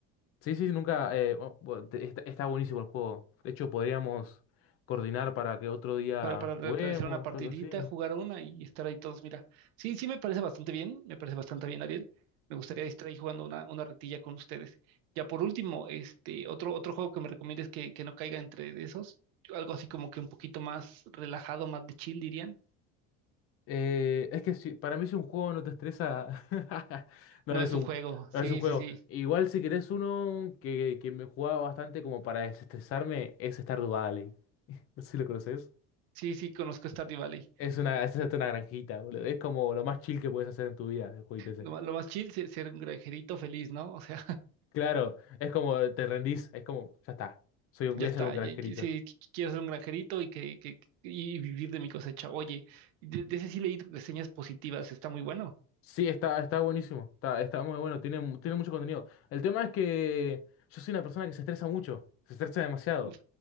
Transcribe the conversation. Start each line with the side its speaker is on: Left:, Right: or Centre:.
Left: Sí, sí, nunca... eh, bu- bu- te- está, está buenísimo el juego. De hecho, podríamos coordinar para que otro día
Right: para, para re-
Left: juguemos
Right: realizar una partidita,
Left: o algo así.
Right: jugar una y estar ahí todos. Mira, sí, sí me parece bastante bien, me parece bastante bien, Ariel. Me gustaría estar ahí jugando una, una retilla con ustedes. Ya por último, este, otro, otro juego que me recomiendes que, que no caiga entre de esos, algo así como que un poquito más relajado, más de chill, dirían.
Left: Eh, es que si- para mí si un juego no te estresa, <laughs> no
Right: No
Left: es
Right: es
Left: un,
Right: un juego,
Left: no
Right: sí,
Left: es un juego.
Right: sí, sí.
Left: Igual si querés uno que, que me jugaba bastante como para desestresarme es Stardew Valley. <laughs> No sé si lo conoces.
Right: Sí, sí, conozco Stardew Valley.
Left: Es una, es hacerte una granjita, boludo. Es como lo más chill que puedes hacer en tu vida, el jueguito ese.
Right: Lo, ma- lo más chill es ser un granjerito feliz, ¿no? O sea,
Left: Claro, es como te rendís, es como, ya está. Soy un,
Right: Ya
Left: voy a
Right: está,
Left: ser un granjerito.
Right: ya- ya- sí, qu- quiero ser un granjerito y que, que- que- y vivir de mi cosecha. Oye, de, de ese sí leí reseñas positivas, está muy bueno.
Left: Sí, está, está buenísimo. Está, está muy bueno. Tiene, mu- tiene mucho contenido. El tema es que yo soy una persona que se estresa mucho. Se estresa demasiado.
Right: Uf,